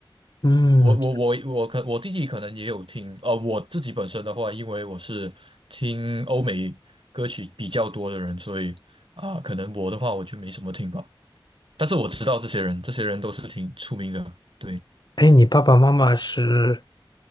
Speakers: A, on the left; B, on the right.
A: 嗯。
B: 我我我我可我弟弟可能也有听，呃，我自己本身的话，因为我是听欧美歌曲比较多的人，所以啊，可能我的话我就没什么听吧。但是我知道这些人，这些人都是挺出名的。对
A: 哎，你爸爸妈妈是